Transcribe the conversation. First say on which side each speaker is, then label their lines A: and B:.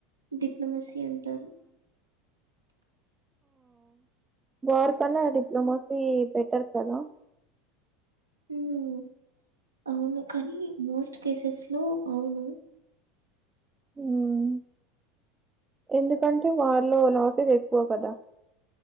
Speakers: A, on the right; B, on the right.
A: డిప్లొమసీ అంటారు
B: బార్ కన్నా డిప్లమసీ బెటర్ కదా
A: హ్మ్ అవును కానీ మోస్ట్ కేసెస్ లో అవును
B: హ్మ్ ఎందుకంటే వారిలో లాసెస్ ఎక్కువ కదా